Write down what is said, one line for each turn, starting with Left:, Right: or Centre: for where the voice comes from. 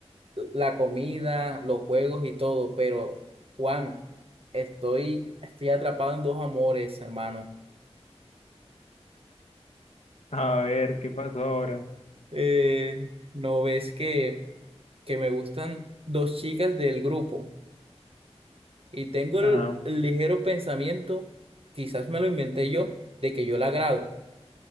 Right: la comida, los juegos y todo, pero Juan, estoy, estoy atrapado en dos amores, hermano.
Left: A ver, ¿qué pasó ahora?
Right: Eh, ¿no ves que, que me gustan dos chicas del grupo? Y tengo
Left: Ajá,
Right: el el ligero pensamiento, quizás me lo inventé yo, de que yo la agrado.